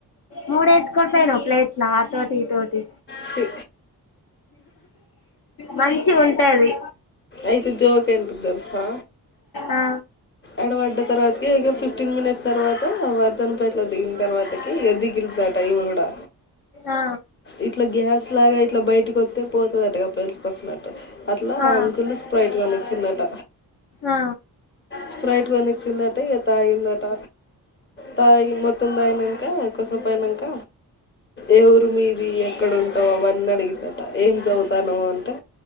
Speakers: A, on the left (about 60°); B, on the left (about 30°).
A: మూడు వేస్కోపోయిను ప్లేట్లా తోటి తోటి
B: ఛీ
A: మంచి ఉంటది
B: అయితే జోక్ ఎంటటె తెలుసా
A: ఆ
B: ఎడవడ్డ తర్వాతకి ఇక ఫిఫ్టీన్ మినిట్స్ తర్వాత వరదన ప ఇట్లా దిగిన తర్వాతకి ఇక దిగిలుదట ఇవి కూడా
A: ఆ
B: ఇట్లా గ్యాస్ లాగా ఇట్లా బయటకిస్తతే పోతుందట ఇక పలిసుకొచ్చినట్టు అట్లాం
A: ఆ
B: లు స్ప్రైట్గానిచ్చిందట
A: ఆ
B: స్ప్రైట్గానిచ్చిందట్ట ఇక తాగిందట తాగి మొత్తం తాగనాక కొసపో అయినాక ఏ ఊరు మీది ఎక్కడ ఉంటావు అవన్నీ అడిగందట ఏం చదువుతాను అంటే